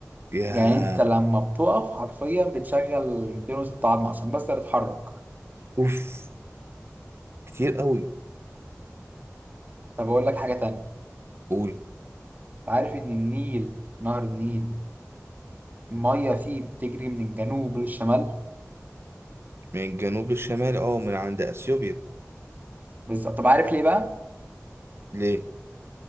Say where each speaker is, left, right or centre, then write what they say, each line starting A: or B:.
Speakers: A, on the right; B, on the right.
A: يا
B: يعني انت لما بتقف حرفيا بتشغل 206 عظمة عشان بس تتحرك
A: اوف كتير قوي
B: طب اقول لك حاجة تانية انت
A: قول
B: عارف ان النيل نهر النيل المية فيه بتجري من الجنوب للشمال
A: من الجنوب للشمال اه من عند اثيوبيا
B: بالظبط طب عارف ليه بقى
A: ليه